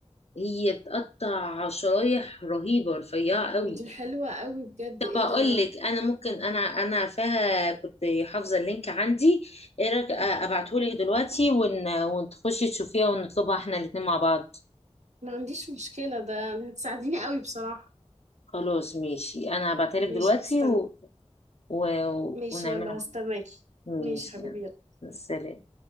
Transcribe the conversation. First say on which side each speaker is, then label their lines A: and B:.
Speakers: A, on the left; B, on the right.
A: هي بتقطع شرايح رهيبة رفيعة قوي
B: دي حلوه قوي بجد
A: طب
B: ايه
A: أقول
B: ده
A: لك أنا ممكن أنا أنا عارفاها كنت حافظة اللينك عندي إيه رأيك آه، أبعتهولك دلوقتي ون وتخشي تشوفيها ونطلبها إحنا الاتنين مع بعض
B: ما عنديش مشكله ده هتساعديني قوي بصراحه
A: خلاص ماشي أنا هبعتها لك دلوقتي
B: ماشي هستنى
A: و... و...
B: ماشي
A: ونعملها
B: يلا هستناكي
A: ماشي
B: ماشي حبيبي يلا.
A: سلام